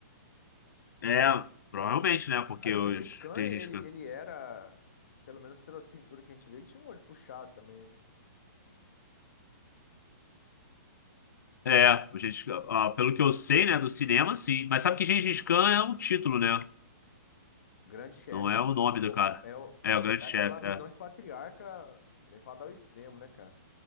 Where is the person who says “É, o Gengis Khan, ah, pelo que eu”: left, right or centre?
Left